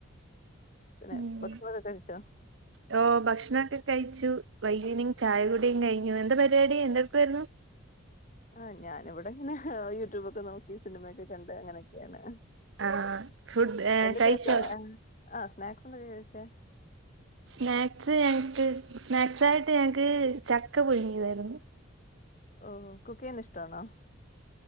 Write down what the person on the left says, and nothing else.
പിന്നെ
ഭക്ഷണക്കെ കഴിച്ചോ
ആ ഞാന ഇവിടെങ്ങനെ യൂട്യൂബൊക്കെ നോക്കി സിനിമയൊക്കെ കണ്ട് അങ്ങനെയൊക്കെയാണ്
എന്റെ
<unintelligible> സ്നാക്സ് എന്തൊക്കെയ കഴിച്ചേ
ഓ കുക്കിന്ന ഇഷ്ടണോ